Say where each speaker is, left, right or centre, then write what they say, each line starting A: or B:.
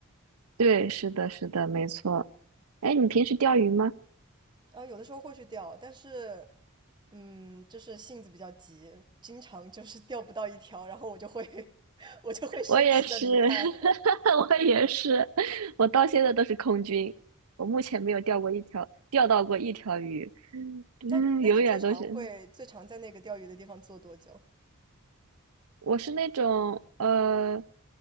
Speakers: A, on the right; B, on the right.
A: 对，是的，是的，没错。哎，你平时钓鱼吗？
B: 啊，有的时候会去钓，但是，嗯，就是性子比较急，经常就是 <laughs> 钓不到一条，然后我就会 <laughs> 我就会生气的离开。
A: 我也是，<laughs>
B: <laughs>
A: 我也是，我到现在都是空军，我目前没有钓过一条，钓到过一条鱼，嗯，
B: 但那你最常会最常在那个钓鱼的地方坐多久
A: 永远都是，我是那种呃，